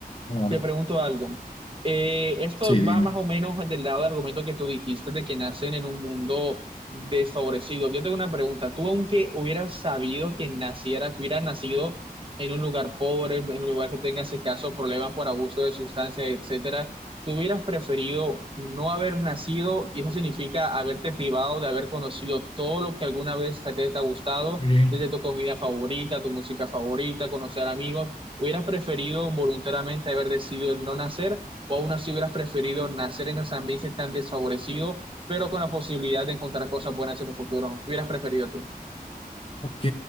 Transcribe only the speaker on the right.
te pregunto algo. Eh, esto
va más o menos del lado del argumento que tú dijiste de que nacen en un mundo desfavorecido. Yo tengo una pregunta. Tú, aunque hubieras sabido que naciera, que hubieras nacido en un lugar pobre, en un lugar que tengas escasos problemas por abuso de sustancias, etcétera, ¿tú hubieras preferido no haber nacido? Y eso significa haberte privado de haber conocido todo lo que alguna vez te ha gustado,
desde tu comida favorita, tu música favorita, conocer amigos. ¿Hubieras preferido voluntariamente haber decidido el no nacer o aún así hubieras preferido nacer en ese ambiente tan desfavorecido, pero con la posibilidad de encontrar cosas buenas en el futuro? ¿Qué hubieras preferido